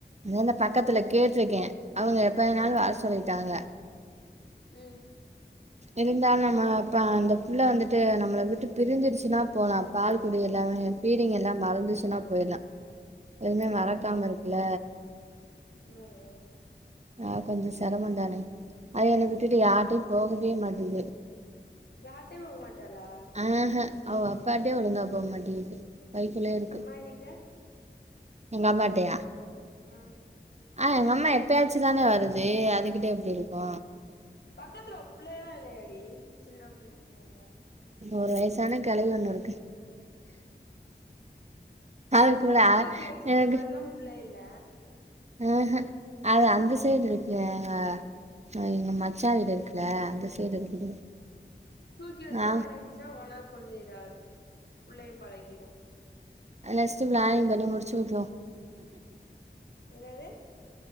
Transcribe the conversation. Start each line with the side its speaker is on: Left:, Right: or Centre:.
Right: அந்த பக்கத்துல கேட்ருக்கே அவுங்க எப்பவேனாலு
Left: ம்
Right: வர சொல்லிட்டாங்க
Left: ம்
Right: இருந்தாலு நம்ம அப்ப அந்தபுள்ள வந்துட்டு நம்மள விட்டு பிரி்ஞ்சிர்சுனா போலா பால்குடி எல்லாமே ஃபீடிங் எல்லா மறந்துச்சினா போயிட்லா எதுவ்மே
Left: ம்
Right: மறக்காம
Left: ம்
Right: இருக்குல்ல
Left: ஓ ஓ
Right: அ கொஞ்சோ செரம தானே அது என்ன விட்டுட்டு யார்ட்டயு
Left: ஆமா
Right: போகவே மாட்டுது
Left: யார்ட்டயு போமாட்டாலா
Right: இஹு அவ அப்பாட்டயே ஒழுங்கா போமாட்டேங்குது வைத்துலேருக்கு
Left: அம்மா கிட்ட
Right: எங்க அம்மாட்டயா
Left: ம்
Right: ஆ எங்க அம்மா எப்பயாச்சு தானே வருது அதுகிட்ட எப்டி இருக்கு
Left: பக்கத்துல புள்ள எல்லா இல்லயாடி சின்ன புள்ளைங்கங்க
Right: ஒரு வயசான கெளவி ஒண்ணு இருக்கு அவ கூட
Left: தூக்கி வச்சுக்கிற
Right: எனக்கு
Left: மாரில்லா புள்ள இல்ல
Right: ஆஹ அது அந்த சைடு
Left: ம்.
Right: இருக்குஹ அ எங்க மச்சா வீடு இருக்குல அந்த சைடு இருக்குது
Left: தூக்கி வச்ச
Right: ஆ
Left: மாரி இருந்துச்சுன்னா ஒனக்கு கொஞ்ச இதா இருக்கு புள்ளயு பழகிரு
Right: நெக்ஸ்டு ப்ளானிங் பண்ணி முடிச்சு உட்ருவோ
Left: என்னது